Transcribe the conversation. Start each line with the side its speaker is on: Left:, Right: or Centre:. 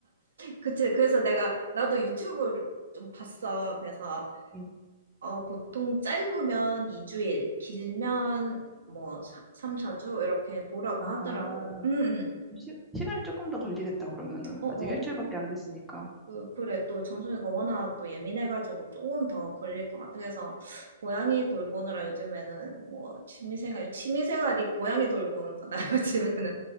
Right: 그치. 그래서 내가 나도 유튜브를 좀 봤어. 그래서
Centre: 응.
Right: 어, 보통 짧으면 2주일, 길면 뭐 3, 4주 이렇게 보라고
Centre: 아,
Right: 하더라고. 응, 응.
Centre: 시, 시간이 조금 더 걸리겠다, 그러면은.
Right: 어어.
Centre: 아직 일주일밖에 안 됐으니까.
Right: 그, 그래, 또 정순이가 워낙 또 예민해가지고 조금 더 걸릴 것 같아. 그래서 고양이 돌보느라 요즘에는 뭐 취미생활, 취미생활이 고양이 돌보는 거다, <laughs> 요즘에는.